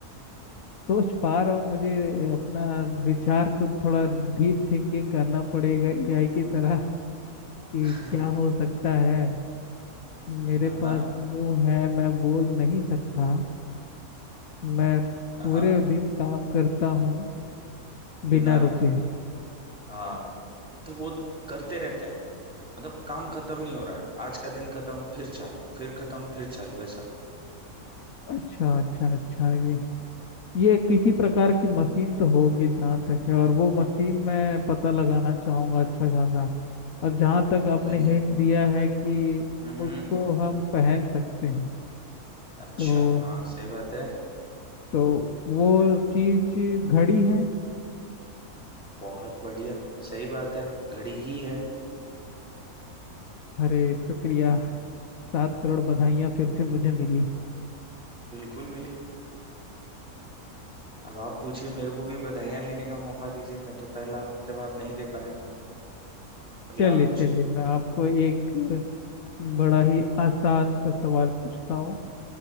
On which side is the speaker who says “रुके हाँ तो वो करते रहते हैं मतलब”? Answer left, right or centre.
Centre